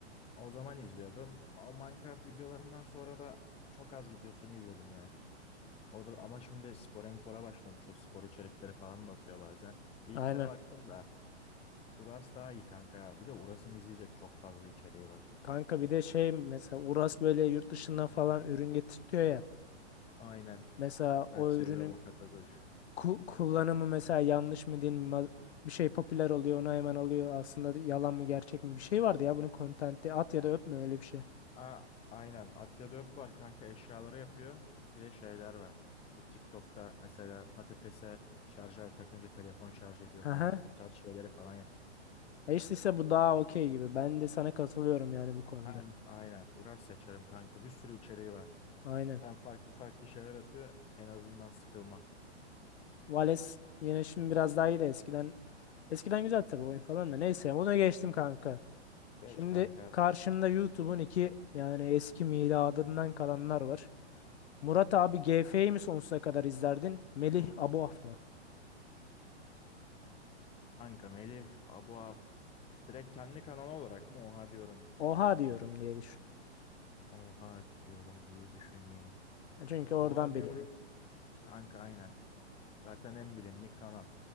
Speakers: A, on the left; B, on the left.
A: O zaman izliyordum. O Minecraft videolarından sonra da çok az videosunu izledim ya. O da ama şimdi spora mipora başlamış. O spor içerikleri falan da atıyor bazen. Bir ilk
B: Aynen.
A: kere baktım da Uras daha iyi kanka. Bir de Uras'ın izleyecek çok fazla içeriği var.
B: Kanka bir de şey mesela Uras böyle yurt dışından falan ürün getirtiyor ya.
A: Aynen.
B: Mesela o
A: Ben seviyorum
B: ürünün
A: o kategori.
B: ku- kullanımı mesela yanlış mı değil mi? ma- Bir şey popüler oluyor onu hemen alıyor. Aslında yalan mı gerçek mi? Bir şey vardı ya bunun kontenti at ya da öpme öyle bir şey.
A: Aa, aynen. Atya Dök var kanka eşyaları yapıyor. Bir de şeyler var. Bu TikTok'ta mesela patatese şarj aleti takınca telefon şarj ediyor
B: Aha.
A: falan. O tarz şeyleri falan yapıyor.
B: E işte ise bu daha okey gibi. Ben de sana katılıyorum yani bu konuda.
A: Ben aynen Uras seçerim kanka. Bir sürü içeriği var.
B: Aynen.
A: Hem farklı farklı şeyler atıyor. En azından sıkılma.
B: Vales yine şimdi biraz daha iyi de eskiden Eskiden güzel tabii oyun falan da. Neyse ona geçtim kanka.
A: Geç
B: Şimdi
A: kanka.
B: karşımda YouTube'un iki yani eski miladından kalanlar var. Murat abi GF'yi mi sonsuza kadar izlerdin? Melih Aboaf mı?
A: Kanka Melih, Abu Af. Direkt kendi kanalı olarak mı oha diyorum gibi
B: Oha
A: mi düşüneyim?
B: diyorum diye düşün.
A: Oha diyorum diye düşüneyim.
B: Ya Çünkü oradan
A: Oha diyorum
B: belirli.
A: kanka aynen. Zaten en bilindik kanal.